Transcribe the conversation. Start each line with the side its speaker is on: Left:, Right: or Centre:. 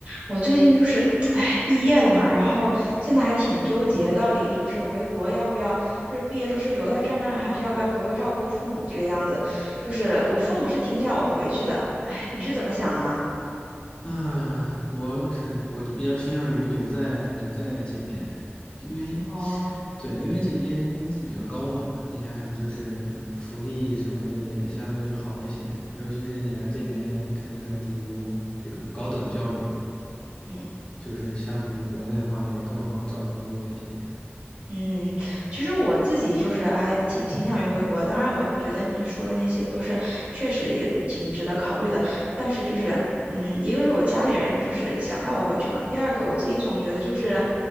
Right: 我最近就是，哎，毕业了嘛，然后现在还挺纠结，到底就是回国要不要，就是毕业之后是留在这儿呢，还是要不要回国照顾父母这个样子？就是我父母是挺想我回去的，哎，你是怎么想的呢？
Left: 嗯，我肯我比较倾向于留在留在这边，因为
Right: 哦，
Left: 对，因为这边工资比较高嘛，你想想就是福利什么的也相对好一些，尤其是你来这边肯定是读这种高等教育嘛，
Right: 嗯。
Left: 就是相比于国内的话也更好找工作一些。
Right: 嗯，其实我自己就是还挺倾向于回国，当然我觉得你说的那些都是确实也挺值得考虑的，但是就是，嗯，一个是我家里人就是想要我回去嘛，第二个我自己总觉得就是，